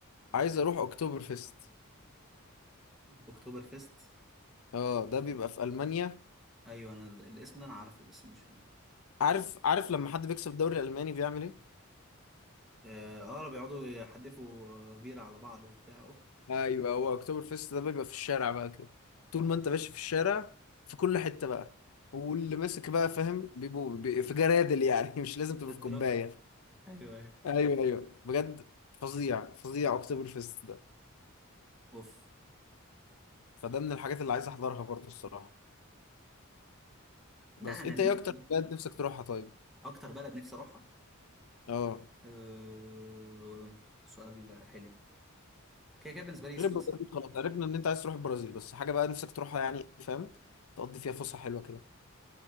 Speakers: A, on the left (about 80°); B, in the centre.
A: عايز اروح اكتوبر فيست
B: اكتوبر فيست
A: اه ده بيبقى في المانيا
B: ايوه انا ال- الاسم ده انا عارفه بس مش
A: عارف عارف لما حد بيكسب الدوري الالماني بيعمل ايه
B: اه آه، بيقعدوا يحدفوا آه، بيرة على بعض وبتاع أوف.
A: ايوه هو اكتوبر فيست ده بيبقى في الشارع بقى كده طول ما انت ماشي في الشارع في كل حتة بقى واللي ماسك بقى فاهم بيبقوا بي- في جرادل يعني <laughs> مش لازم تبقى
B: الدرافت
A: في كوباية
B: ايوه ايوه
A: ايوه ايوه بجد فظيع فظيع اكتوبر فيست ده
B: اوف
A: فده من الحاجات اللي عايز احضرها برضه الصراحه
B: لا
A: بس
B: انا
A: انت
B: نفسي
A: ايه اكتر بلد نفسك تروحها طيب
B: اكتر بلد نفسي اروحها
A: اه
B: أه... سؤال حلو كده كده بالنسبه لي سويسرا
A: غير البرازيل خلاص عرفنا ان انت عايز تروح البرازيل بس حاجه بقى نفسك تروحها يعني فاهم تقضي فيها فسحه حلوه كده